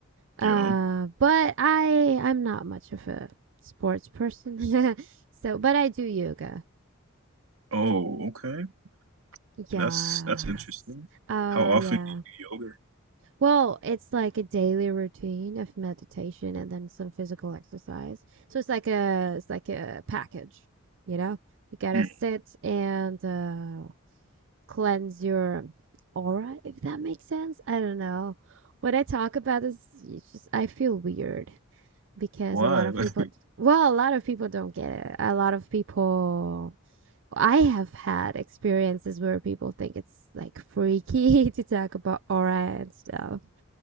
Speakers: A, on the right; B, on the right.
A: Uh,
B: you know?
A: but I I'm not much of a sports person. <laughs> So, but I do yoga.
B: Oh, okay.
A: Yes.
B: That's that's interesting.
A: Oh,
B: How often
A: yeah.
B: do you do yoga?
A: Well, it's like a daily routine of meditation and then some physical exercise. So it's like a it's like a package, you know? You gotta
B: Hmm.
A: sit and uh, cleanse your aura, if that makes sense. I don't know. When I talk about this, it's just I feel weird because
B: Why?
A: a lot of
B: <laughs>
A: people, well, a lot of people don't get it. A lot of people I have had experiences where people think it's like freaky <laughs> to talk about aura and stuff,